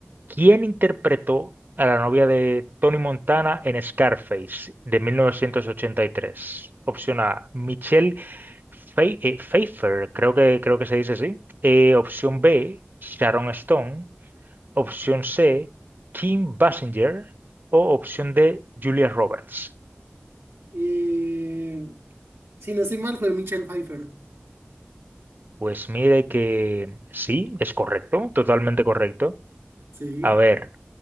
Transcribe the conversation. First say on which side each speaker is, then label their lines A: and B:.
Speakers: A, on the right; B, on the right.
A: ¿quién interpretó a la novia de Tony Montana en Scarface de 1983? Opción A, Michelle Pfe- eh, Pfeiffer, creo que, creo que se dice así. Eh, opción B, Sharon Stone. Opción C, Kim Basinger. O opción D, Julia Roberts.
B: Eh, si no estoy mal, fue Michelle Pfeiffer.
A: Pues mire que sí, es correcto, totalmente correcto.
B: Sí.
A: A ver.